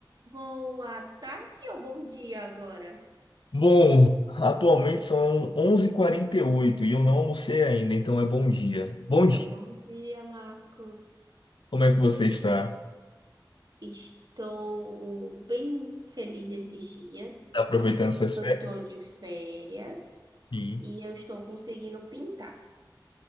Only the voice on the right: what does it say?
Boa tarde ou bom dia agora?
Então,
bom dia, Marcos.
Estou bem feliz esses dias.
Eu
estou de férias
e eu estou conseguindo pintar.